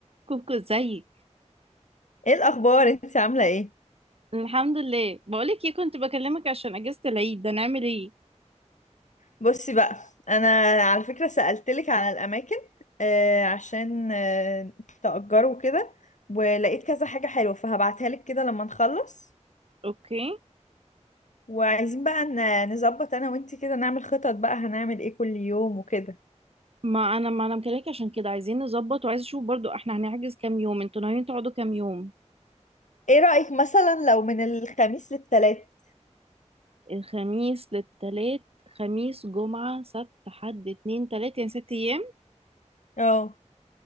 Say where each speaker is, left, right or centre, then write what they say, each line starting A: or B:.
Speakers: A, on the right (about 55°); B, on the left (about 85°).
A: كوكو ازيك
B: ايه الاخبار انت عامله ايه
A: الحمد لله بقولك ايه كنت بكلمك عشان اجازة العيد ده نعمل ايه
B: بصي بقى انا على فكره سالتلك على الاماكن آه عشان آه تأجروا كده ولقيت كذا حاجه حلوه فهبعتها لك كده لما نخلص
A: اوكي
B: وعايزين بقى ن- نظبط انا وانت كده نعمل خطط بقى هنعمل ايه كل يوم وكده
A: ما انا ما انا مكلمك عشان كده عايزين نظبط وعايز اشوف برضو احنا هنحجز كام يوم انتوا ناويين تقعدوا كام يوم
B: ايه رايك مثلا لو من الخميس للتلات
A: الخميس للتلات خميس جمعة سبت حد اتنين تلات يعني ست ايام
B: اه